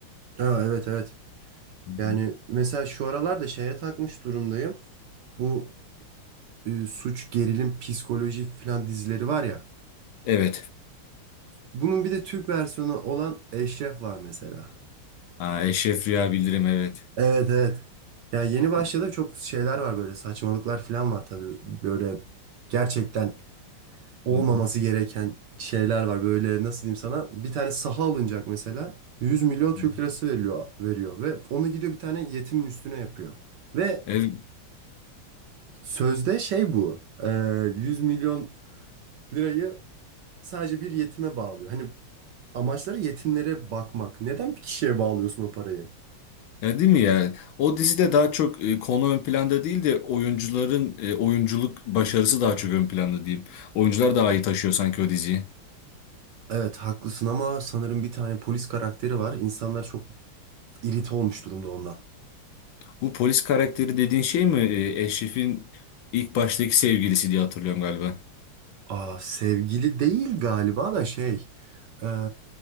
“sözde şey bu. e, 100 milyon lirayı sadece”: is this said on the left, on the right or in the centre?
Right